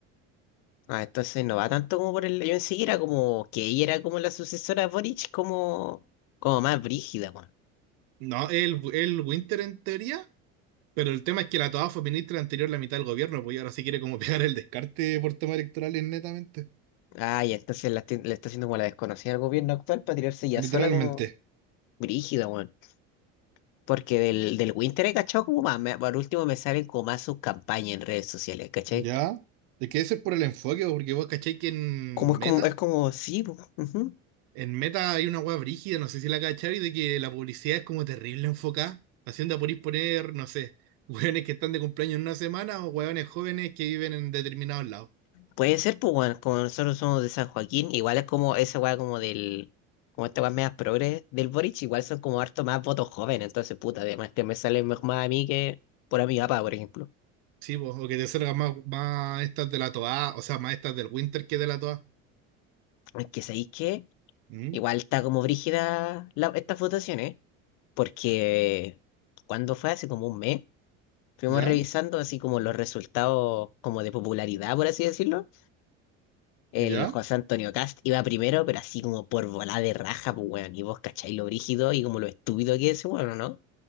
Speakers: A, on the left; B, on the right.
A: Ah, entonces no va tanto como por el... Yo en sí era como que ella era como la sucesora de Boric, como, como más brígida, weón.
B: No, el, el Winter en teoría Pero el tema es que la Toa fue ministra anterior la mitad del gobierno, pues y ahora se quiere como <laughs> pegar el descarte por temas electorales netamente.
A: Ah, y entonces la, está- la está haciendo como la desconocida del gobierno actual para tirarse ya
B: Literalmente.
A: sola como brígida, weón. Porque del, del Winter he cachado como más, me- por último me salen como más sus campañas en redes sociales, ¿cachai?
B: ¿Ya? Es que ese es por el enfoque, pues, porque vos cacháis que en
A: Como es
B: Meta,
A: como, es como, sí, po, ujú.
B: en Meta hay una hueá brígida, no sé si la cacháis, de que la publicidad es como terrible enfocada, haciendo por ir poner, no sé, hueones que están de cumpleaños en una semana o hueones jóvenes que viven en determinados lados.
A: Puede ser, pues, bueno, como nosotros somos de San Joaquín, igual es como esa weá como del, como esta weá media progres del Boric, igual son como harto más votos jóvenes, entonces, puta, además que me sale mejor más a mí que por a mi papá, por ejemplo.
B: Sí, pues, o que te salgan más, más estas de la Toa, o sea, más estas del Winter que de la Toa.
A: Es que sabéis qué
B: ¿Mm?
A: igual está como brígida la- estas votaciones, porque cuando fue hace como un mes, fuimos
B: ¿Ya?
A: revisando así como los resultados como de popularidad, por así decirlo. El
B: ¿Ya?
A: José Antonio Cast iba primero, pero así como por volada de raja, pues weón. Y vos cacháis lo brígido y como lo estúpido que es, bueno, ¿no?